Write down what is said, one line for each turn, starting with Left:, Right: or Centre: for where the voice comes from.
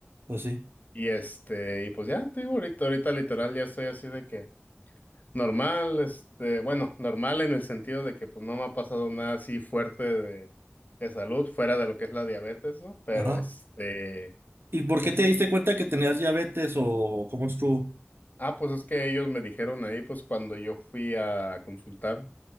Right: Pues sí.
Left: Y este, y pues ya, te digo, ahorita, ahorita literal ya estoy así de que. Normal, este, bueno, normal en el sentido de que pues no me ha pasado nada así fuerte de, de salud fuera de lo que es la diabetes, ¿no? Pero
Right: Ajá.
Left: este,
Right: ¿Y por
Left: así
Right: qué te diste cuenta que tenías diabetes o cómo estuvo?
Left: Ah, pues es que ellos me dijeron ahí, pues cuando yo fui a consultar,